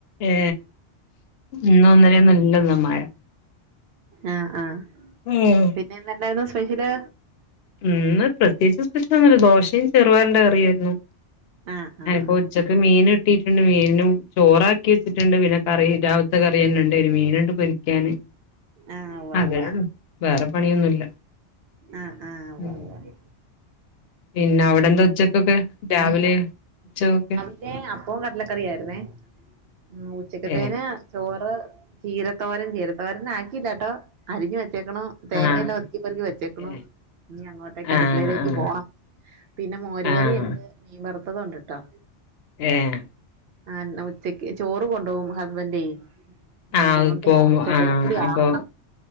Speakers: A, on the left; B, on the right.
A: ഏ ഇന്നോ ഇന്നലെന്നൊല്ല മഴ
B: ആഹ് ആഹ്
A: <unintelligible>
B: പിന്നെ എന്ത്ണ്ടായിരുന്നു സ്പെഷ്യല്
A: ഇന്ന് പ്രത്യേകിച്ച് സ്പെഷ്യലൊന്നുല്ല ദോശയും ചെറുപയറിന്റെ കറിയായിരുന്നു
B: ആഹ്
A: <unintelligible>
B: ആഹ്
A: ഉച്ചക്ക് മീന് കിട്ടീട്ടിണ്ട് മീനും ചോറാക്കി വെച്ചിട്ടിണ്ട് പിന്നെ കറി രാവിലത്തെ കറി തന്നെ ഇണ്ട് ഒര് മീനിണ്ട് പൊരിക്കാന്
B: ആഹ് ഉവ്വാ
A: അതേള്ളൂ
B: ഉവ്വാ
A: വേറെ പണിയൊന്നുല്ല
B: ആഹ് ആഹ് ഉവ്വ
A: ഉം
B: ഉവ്വ
A: പിന്നെ അവിടെ എന്താ ഉച്ചക്കൊക്കെ രാവിലെയൊ ഉച്ചക്കൊക്കെ
B: ഇവിടേ അപ്പോം കടലക്കറിയായിരുന്നേ ഉം ഉച്ചക്കത്തേന്
A: ഏ
B: ചോറ് ചീരത്തോരൻ ചീരത്തോരൻ ആക്കിയില്ലാട്ടോ അരിഞ്ഞ് വെച്ചേക്കണു തേങ്ങയെല്ലാം
A: ആഹ്
B: ഒതുക്കിപ്പറക്കി വെച്ചേക്കണു
A: ഏ
B: ഇനി അങ്ങോട്ടേക്ക് അടുക്കളയിലേക്ക്
A: ആഹ് ആഹ്
B: പോണം. പിന്നെ മോരുകറി
A: ആഹ്
B: എണ്ട് മീൻ വറുത്തത് ഒണ്ട്ട്ടോ.
A: ഏഹ്
B: അഹ് ന്ന ഉച്ചക്ക് ചോറ് കൊണ്ടുപോകും ഹസ്ബൻഡേ
A: ആഹ്
B: അതുകൊണ്ട്
A: ഇപ്പോ
B: ചോറും
A: ആഹ്
B: കൂടി
A: അപ്പൊ
B: ആക്കണം